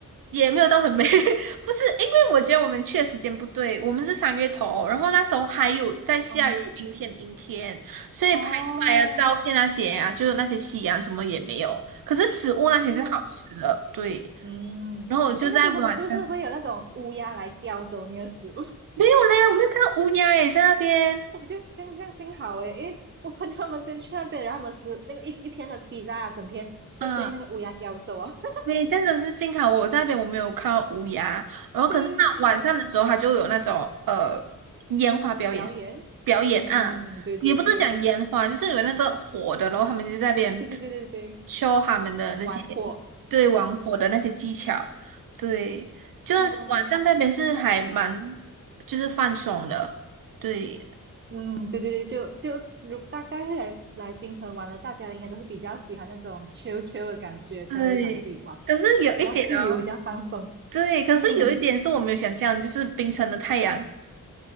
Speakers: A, on the right; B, on the right.
A: 也没有到很美，<laughs> 不是，因为我觉得我们去的时间不对，我们是三月头，然后那时候还有在下雨，
B: 哦
A: 阴天阴天，所以拍出来的照片那些啊，
B: 哦，
A: 就是那些夕阳什么也没有，可是食物那些是好吃的，
B: 是，
A: 对。
B: 嗯，
A: 然后我就在晚上
B: 哎，那边他们是不是会有那种乌鸦来叼走你的食物？
A: 没有嘞，我没有看到乌鸦诶，在那边，
B: 哦，这样这样这样幸好诶，因为我朋友他们先去那边，然后他们是那个一一片的 p i z 整片就被那个乌鸦叼走啊。
A: 嗯，
B: <laughs>
A: 对，真的是幸好我在那边我没有看到乌鸦，然后可是它晚上的时候他就有那种呃烟花表演
B: 对，表演，
A: 表演啊，
B: 嗯，对对对
A: 也不是讲烟花，就是有那个火的，然后他们就在那边
B: 对对对对对，
A: show 他们的那些
B: 玩火，
A: 对玩火的那些技巧，对，就是晚上那边是还蛮
B: 嗯
A: 就是放松的，对
B: 嗯，对对对，就就如大概会来来槟城玩的，大家应该都是比较喜欢那种 chill chill 的感觉，才会来这里玩，
A: 对，可是有一点哦，
B: 比较自由，比较放松。
A: 对，可是有一点是我没有想象，
B: 嗯
A: 就是冰城的太阳。